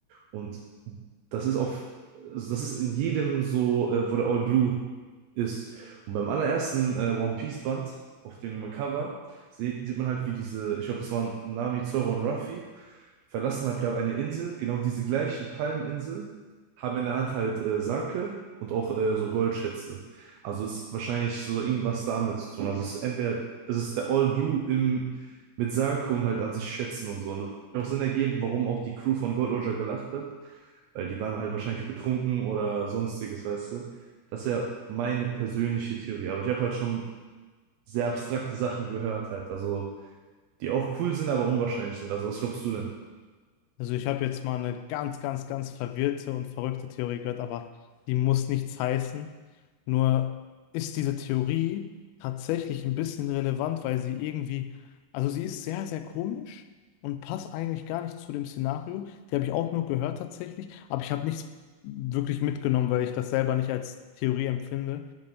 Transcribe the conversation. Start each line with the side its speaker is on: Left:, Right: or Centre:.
Right: Und das ist auf, also das ist in jedem so, äh, wo der All Blue ist. Und beim allerersten äh, One Piece Band auf dem Cover sieht, sieht man halt, wie diese, ich glaube, das waren Nami, Zoro und Ruffy, verlassen halt gerade eine Insel, genau diese gleiche Palminsel, haben in der Hand halt äh, Sake und auch äh, so Goldschätze. Also ist wahrscheinlich so irgendwas damit zu tun. Also es ist entweder es ist der All Blue im, mit Sake und halt an sich Schätzen und so. Und auch Sinn ergeben, warum auch die Crew von Gold Roger gelacht hat, weil die waren halt wahrscheinlich betrunken oder sonstiges, weißt du. Das ist ja meine persönliche Theorie, aber ich habe halt schon sehr abstrakte Sachen gehört halt, also die auch cool sind, aber unwahrscheinlich sind. Also was glaubst du denn?
Left: Also ich habe jetzt mal eine ganz, ganz, ganz verwirrte und verrückte Theorie gehört, aber die muss nichts heißen. Nur ist diese Theorie tatsächlich ein bisschen relevant, weil sie irgendwie, also sie ist sehr, sehr komisch und passt eigentlich gar nicht zu dem Szenario. Die habe ich auch nur gehört tatsächlich, aber ich habe nichts wirklich mitgenommen, weil ich das selber nicht als Theorie empfinde.